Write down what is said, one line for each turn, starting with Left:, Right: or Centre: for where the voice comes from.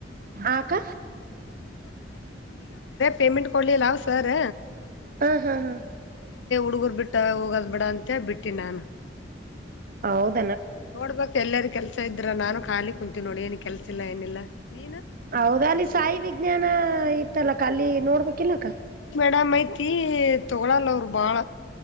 Right: ಅಕ್ಕ
Left: ಪೇಮೆಂಟ್ ಕೊಡ್ಲಿಲ್ವಾ ಸರ್
Right: ಹಾ ಹಾ ಹಾ
Left: ಹುಡುಗರನ ಬಿಟ್ಟು ಹೋಗಬಾರದು ಅಂತ ಬಿಟ್ಟಿದೀನಿ
Right: ಹೌದು
Left: ನೋಡಬೇಕು ಕೆಲಸ ಎಲ್ಲರ ಖಾಲಿ ಇದ್ಯಾ ಅಂತ ನಾನು ಸುಮ್ನೆ ಕಾಲಿ ಕೂತಿದೀನಿ ನೋಡಬೇಕು ಎಲ್ಲಿ ಸಿಗುತ್ತೆ ಕೆಲಸ ಅಂತ
Right: ಹೌದ ಅಲ್ಲಿ ಸಾಯಿ ವಿಜ್ಞಾನ ಇತ್ತಲಕ್ಕ ಅಲ್ಲಿ ನೋಡ್ಬೇಕಕ್ಿಲ್ಲಕ್ಕ
Left: ಣ ಮೈತಿ ತೊಗೊಳಲ್ಲ ಅವರು ಬಾಳ